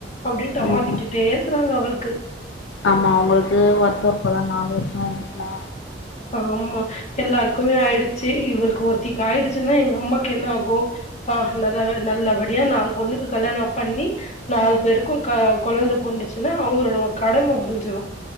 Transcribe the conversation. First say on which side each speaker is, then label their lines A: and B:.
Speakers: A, on the left (about 35°); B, on the left (about 75°).
A: அப்டின்ட்டு அம்மா
B: ஆமா
A: திட்டுட்டே இருக்கிறாங்க அவளுக்கு
B: ஆமா அவுங்களுக்கு வருத்ததோ இருக்குல்ல நாலு வருஷமாயிட்சில்ல
A: ஆம்மா எல்லாருக்குமே ஆயிடுச்சு இவருளுக் ஒருத்திக்கு ஆயிடுச்சுன்னா எங்க அம்மாக்கு என்ன ஆகு ப்பா நல்ல வே நல்லபடியா நாலு பொண்ணுக்கு கல்யாணம் பண்ணி நாலு பேருக்கு கா கொழந்த பொர்ந்துச்சுன்னா அவுங்களோட கடம முடிஞ்சுடு